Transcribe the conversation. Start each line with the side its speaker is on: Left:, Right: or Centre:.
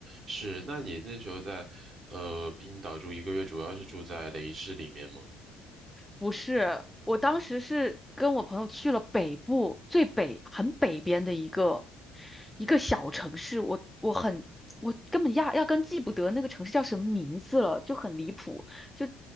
Right: 是，那你那时候在呃冰岛住一个月，主要是住在雷士里面吗？
Centre: 不是，我当时是跟我朋友去了北部，最北，很北边的一个一个小城市，我我很我根本压压根记不得那个城市叫什么名字了，就很离谱，就